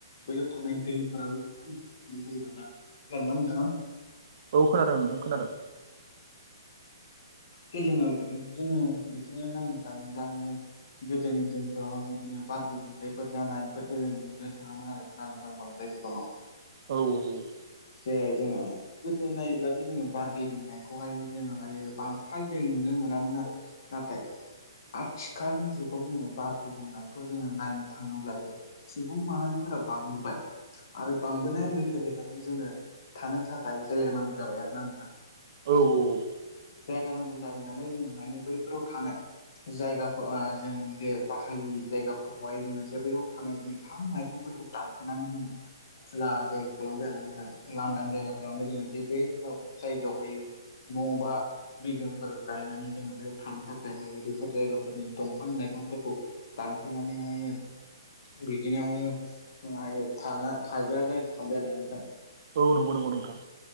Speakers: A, on the left; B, on the right.
A: बैयाव थानाय दैफोराबो गोबां <inaudible> खोनादोंना नोंथांङा।
B: औ खोनादों नोंथां खोनादों।
A: जे जोंङो जोंङो बिदिनो नायनो थांङोब्ला हायो। गोदोनि दिनफोराव बिदिनो बार गुबुंलेफोर जानायफोरखौ जों नुनो थांङामोन आरो ना नोंथां बांद्राय। ङ <inaudible>
B: औ औ औ।
A: ए जोंङो गोदो नायोब्लाथ' जोंङो बार गेबेंनायखौहाय। जोंङो हायो बांद्राय जों नुनो मोनामोन आरो नाथाय। थिखालनि जुगाव जोंङो बार गुबुंनायखौ जोंङो नायनो थांङोब्ला जे सुबुं माहारिफोरा बांसिन। बाय। आरो बांबोनाय लोगो लोगोनो जोंनो थानो थाखाय जायगा नांगौ जाबाय आरोना नोंथां।
B: औ औ औ।
A: जायगा नांगौ जाबाय नालाय जोंहा बैफोराव थानाय। जायगाखौ जों जे बाहायि जायगाफोरखौहाय जोंङो जे बैयाव थानाय बिफां लाइफां। फोरखौ दानफायनानै जोंङो। खुला जायगा खालामबाय आरो ना दा लांदां जायगा खालामबाय जोंङो जेबो जायगायावहायो। न' बां। बिल्डिंफोर गायनानै जोंङो बेयाव थानो थाखाय हायो बेफोर जायगाफोरनि दंफां लाइफांफोरखौ। दानफाय नानैहाय। बिदिनो जोंना थानाय थायग्रा जायगाखौ खामबाय आरोना नोंथां
B: औ नंगौ नंगौ नोंथां